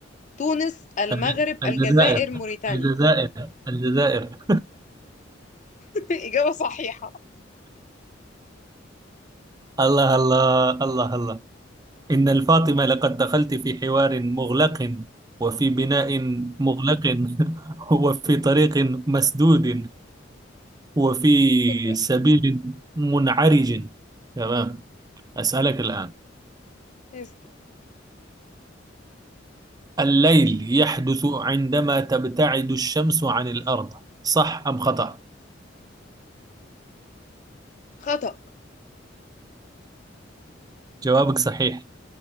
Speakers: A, on the left; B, on the right.
A: تونس، المغرب،
B: الج- الجزائر
A: الجزائر، موريتانيا.
B: الجزائر الجزائر
A: <laughs> إجابة صحيحة.
B: الله الله الله الله إن الفاطمة لقد دخلت في حوار مغلق وفي بناء مغلق <laughs> وفي طريق مسدود وفي
A: شكرا.
B: سبيل منعرج تمام أسألك الآن
A: اسأل.
B: الليل يحدث عندما تبتعد الشمس عن الأرض صح أم خطأ؟
A: خطأ.
B: جوابك صحيح